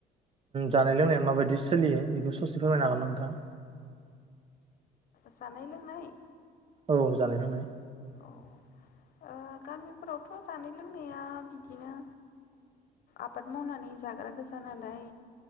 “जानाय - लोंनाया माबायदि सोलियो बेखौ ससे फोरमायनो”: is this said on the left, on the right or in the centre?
Right